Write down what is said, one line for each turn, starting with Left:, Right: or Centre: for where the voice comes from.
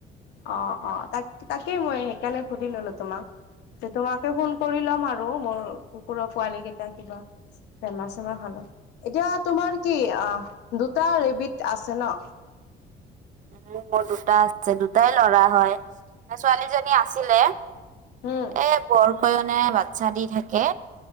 Left: অ' অ' তাক তাকেই মই সেইকাৰণে সুধি ললো তোমাক, যে তোমাকে ফোন কৰি ল'ম আৰু। আৰু মোৰ কুকুৰৰ পোৱালি কেইটা কিবা বেমাৰ- চেমাৰ হ'লে এতিয়া তোমাৰ কি? অ' দুটা ৰেবিত আছে ন'।
Right: <inaudible> উ মোৰ দুটা আছে দুটাই ল'ৰা হয়, ছোৱালীজনী আছিলে।
Left: উম
Right: এ বৰ কৈ বাচ্ছা দি থাকে